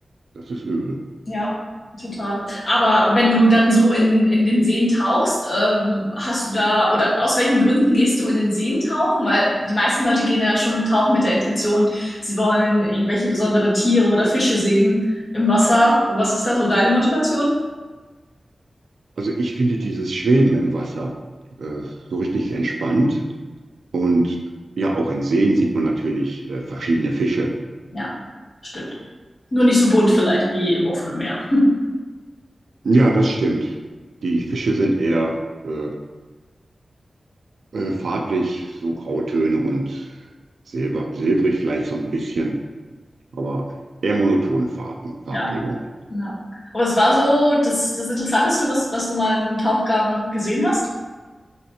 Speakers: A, on the right; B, on the left.
A: das ist übel.
B: Ja, total. Aber wenn du dann so in, in den Seen tauchst, ähm, hast du da, oder aus welchen Gründen gehst du in den Seen tauchen? Weil die meisten Leute gehen ja schon tauchen mit der Intention, sie wollen irgendwelche besondere Tiere oder Fische sehen im Wasser. Was ist da so deine Motivation?
A: Also ich finde dieses Schweben im Wasser äh, so richtig entspannt. Und ja, auch in Seen sieht man natürlich äh, verschiedene Fische.
B: Ja, stimmt. Nur nicht so bunt vielleicht wie im offenen Meer. <laughs>
A: Ja, das stimmt. Die Fische sind eher äh, Äh, farblich so Grautöne und Silber, silbrig vielleicht so ein bisschen, aber eher monotone Farben, Farbgebung.
B: Ja, ja. Aber es war so das, das Interessanteste, was, was du mal in einem Tauchgang gesehen hast?